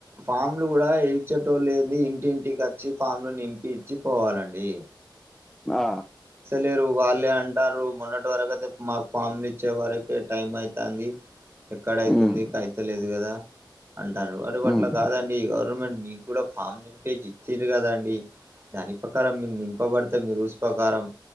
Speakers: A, on the right (about 30°); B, in the centre.
A: ఫామ్లు కూడా ఇ ఇచ్చేటోళ్లేంది ఇంటింటికి వచ్చి ఫామ్ లో నింపి ఇచ్చి పోవాలండి
B: ఆ
A: లేరు వాళ్ళే అంటారు మొన్నటి వరకు అయితే మాకు ఫామ్లు ఇచ్చే వరకే టైం అయితుంది ఎక్కడైతుందికా
B: ఉమ్
A: అయితేలేదు కదా అంటరూ <unintelligible> అట్లా
B: ఉమ్
A: కాదండి గవర్నమెంట్ మీకు కూడా ఫామ్ నింపే ఇచ్చంది కదండి దాని ప్రకారం మీరు నింపబడితే మీరు రూల్స్ ప్రకారం